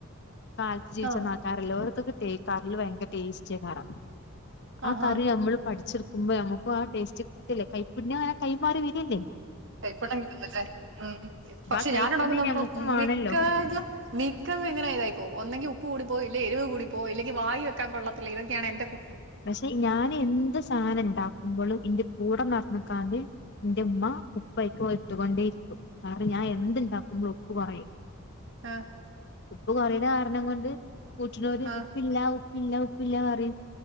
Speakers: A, on the left (about 50°); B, on the right (about 55°).
A: കാലത്ത് ജീവിച്ച
B: ആഹ്
A: ആൾക്കാരല്ലേ ഓര്ക്കൊക്കെ തേക്കാറിൽ ഭയങ്കര ടേസ്റ്റ് കാണം ആ
B: ആഹാ
A: കറി നമ്മള് പഠിച്ചി ടുക്കുമ്പോ നമുക്ക് ആ ടേസ്റ്റ് ഇല്ലേ കൈപ്പുണ്യംങ്ങനെ കൈമാറി വരിയല്ലേ
B: കൈപ്പടം കിട്ടുന്നവെച്ചാൽ ഉ
A: അപ്പൊ
B: പക്ഷെ
A: ആ കൈപ്പുണ്യം
B: ഞാൻ ഇടക്കുന്ന
A: ഞമ്മുക്കും
B: പം
A: വേണല്ലോ
B: മിക്ക ഇത് മിക്ക എങ്ങനെ ഇതായി പോകും ഒന്നെങ്കി ഉ ഉപ്പ് കൂടി പോകും ഇല്ലേ എരിവ്കൂടിപ്പോകും ഇല്ലെങ്കി വായിവെക്കാൻ കൊള്ളത്തില്ല ഇതൊക്കെയാണ് എന്റെ കു
A: പക്ഷെ ഞാൻ എന്ത് സാനം ഉണ്ടാക്കുമ്പോഴും ഇന്റെ കൂടെ നടന്നുക്കാണ്ട് എന്റെ ഉമ്മ ഉപ്പായിക്ക്ട്ടുകൊണ്ടേ ഇരിക്കും കാരണം ഞാൻ എന്ത്‌ ഉണ്ടാക്കുമ്പോളും ഉപ്പ് കുറയും
B: ആഹ്
A: ഉപ്പ് കറിയുടെ കണം കൊണ്ട് കൂട്ടുന്നോര്
B: ആഹ്
A: ഉപ്പില്ല ഉപ്പില്ല ഉപ്പില്ല പറയും